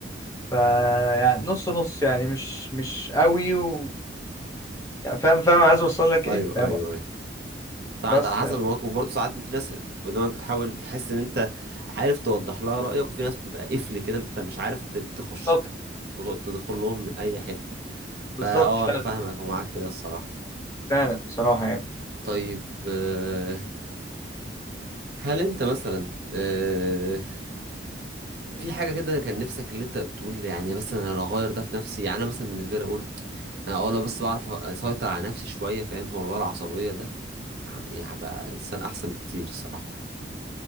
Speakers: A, on the left; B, on the right.
A: ف يعني نص نص يعني مش مش قوي و... يعني فاهم فاهم عايز اوصل لك
B: ايوه
A: ايه فاهم
B: ايوه ايوه ساعات
A: بس
B: على حسب
A: يعني
B: الموقف برضه ساعات في ناس قدامك بتحاول بتحس ان انت عارف توضح لها رأيك وفي ناس بتبقى قفل كده انت مش عارف ت- تخش
A: بالظبط
B: تخ- تدخل لهم من اي حتة فا
A: بالظبط
B: اه
A: فعلا
B: انا فاهمك ومعاك في ده الصراحة
A: فعلا بصراحة يعني
B: طيب آه، هل انت مثلا آه، في حاجة كده كان نفسك اللي انت بتقول يعني بس انا لو اغير ده في نفسي يعني انا مثلا بالنسبة لي اقول انا اه لو بس بعرف اسيطر على نفسي شوية فاهم في موضوع العصبية ده يعني هبقى انسان احسن بكتير الصراحة